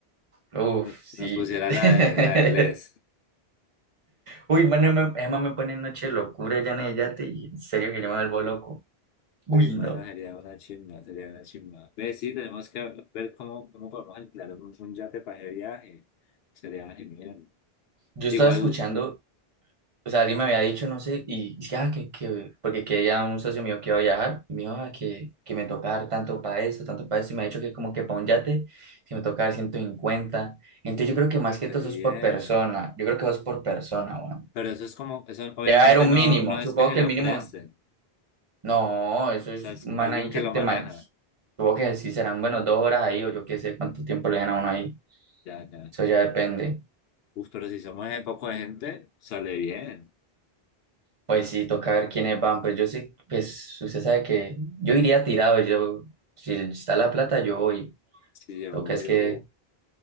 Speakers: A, on the right; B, on the left.
A: uf,
B: No-
A: sí.
B: Nos pusiera
A: <laughs>
B: la de, la de Bless.
A: Uy, mano, Emma, Emma me pone en noche de locura, ya Yate, y en serio que yo me vuelvo loco. Uy,
B: Uy, mano,
A: no.
B: sería una chimba, sería una chimba. Ve, sí, tenemos que ver cómo, cómo podemos alquilar un, un yate para ese viaje. Sería genial.
A: Yo
B: Igual,
A: estaba escuchando, o sea, alguien me había dicho, no sé, y es que, ah, que, que, porque que ya un socio mío que iba a viajar, y me dijo, ah, que, que me toca dar tanto para eso, tanto para eso, y me ha dicho que como que para un yate, que me toca dar ciento cincuenta Entonces
B: uy,
A: yo creo que más que
B: re
A: todo eso
B: bien.
A: es por persona, yo creo que vas por persona, bueno.
B: Pero eso es como, eso obviamente
A: Debe haber un
B: no,
A: mínimo,
B: no es
A: supongo
B: que se
A: que
B: lo
A: el mínimo
B: presten.
A: No, eso es
B: O sea, es
A: un man
B: alguien
A: ahí que
B: que lo
A: te
B: maneja.
A: manos. Supongo que sí serán, bueno, dos horas ahí o yo qué sé cuánto tiempo le dan a uno ahí.
B: Ya, ya,
A: Eso
B: ya.
A: ya depende.
B: Uf, pero si somos ese poco de gente, sale bien.
A: Pues sí, toca ver quiénes van. Pues yo sé, pues usted sabe que yo iría tirado. Yo, si está la plata, yo voy.
B: Sí, obvio.
A: Toca es que,